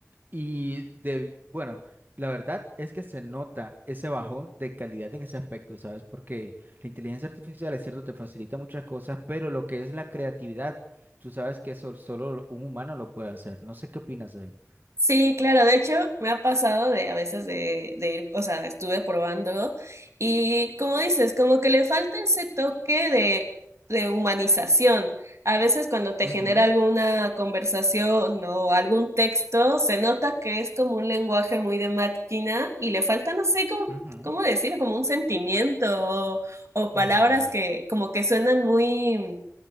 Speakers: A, on the right; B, on the right.
A: y de, bueno, la verdad es que se nota ese bajón de calidad en ese aspecto, ¿sabes? Porque la inteligencia artificial, es cierto, te facilita muchas cosas, pero lo que es la creatividad, tú sabes que eso solo un humano lo puede hacer. No sé qué opinas ahí.
B: Sí, claro, de hecho me ha pasado de a veces de, de ir, o sea, estuve probando y como dices, como que le falta ese toque de, de humanización. A veces cuando te
A: Ujú,
B: genera alguna conversación o algún texto, se nota que es como un lenguaje muy de máquina y le falta, no sé, como,
A: ujú,
B: cómo decirlo, como un sentimiento o, o palabras
A: ujú.
B: que como que suenan muy